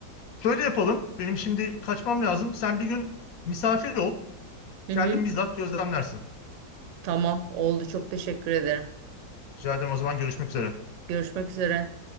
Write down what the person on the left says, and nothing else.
Şöyle yapalım. Benim şimdi kaçmam lazım. Sen bir gün misafir ol.
Kendin
bizzat gözlemlersin.
Rica ederim o zaman görüşmek üzere.